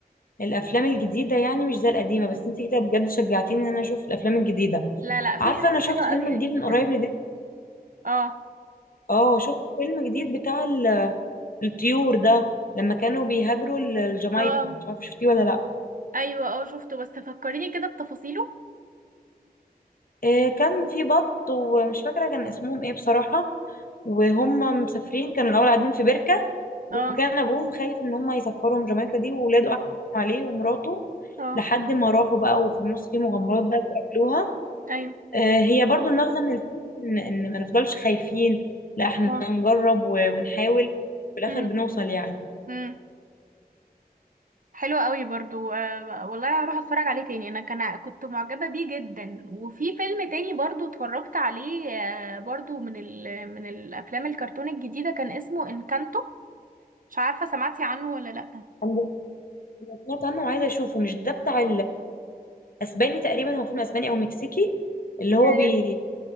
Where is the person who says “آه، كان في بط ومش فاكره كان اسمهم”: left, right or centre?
Left